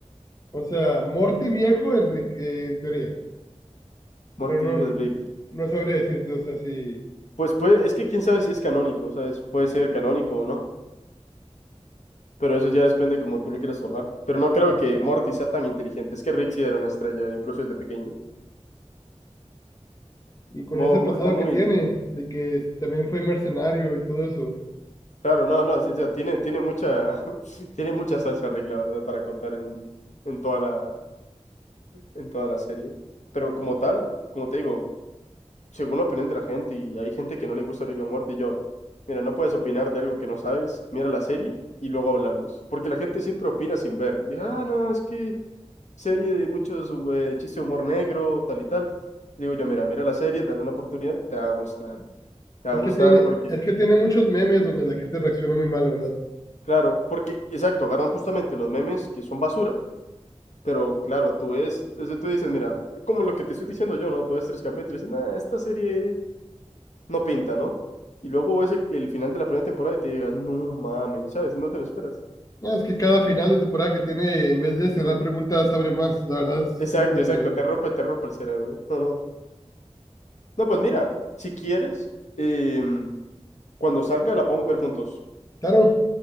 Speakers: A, on the left (about 30°); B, on the left (about 80°).
A: O sea, Morty viejo es Rick, eh, en teoría,
B: Morty,
A: pero no,
B: hijo de Rick.
A: no sabría decirte, o sea, si,
B: Pues puede, es que quién sabe si es canónico, ¿sabes? Puede ser canónico o no. Pero eso ya depende como tú lo quieras tomar. Pero no creo que Morty sea tan inteligente. Es que Rick sí era una estrella, incluso desde pequeño.
A: y con
B: Mo-
A: ese pasado
B: mo- Era muy...
A: que tiene, de que también fue mercenario y todo eso,
B: Claro, no, no, sí, o sea, tiene, tiene mucha, <laughs> tiene mucha salsa Rick, la verdad, para contar en, en toda la, en toda la serie. Pero como tal, como te digo, según la opinión de la gente, y hay gente que no le gusta Rick and Morty, y yo, mira, no puedes opinar de algo que no sabes, mira la serie y luego hablamos. Porque la gente siempre opina sin ver. Dice, ah, no, es que serie de muchos eh, chistes de humor negro, tal y tal. Y digo yo, mira, mira la serie, dale una oportunidad, te va a gustar. Te va
A: es
B: a gustar
A: que tiene,
B: porque,
A: es que tiene muchos memes donde la gente reacciona muy mal, la verdad.
B: claro, porque, exacto, agarran justamente los memes que son basura. Pero claro, tú ves, desde tú dices, mira, como lo que te estoy diciendo yo, ¿no? Tú ves 3KP, te dices, nah, esta serie no pinta, ¿no? Y luego es el, el final de la primera temporada y te digas, no mames, ¿sabes? No te lo esperas.
A: No, es que cada final de temporada que tiene, en vez de cerrar
B: Eh,
A: preguntas, abre más, la verdad es
B: Exacto,
A: un desmadre.
B: exacto, te rompe, te rompe el cerebro. No, no. No, pues mira, si quieres, em, cuando salga la podemos ver juntos.
A: Claro,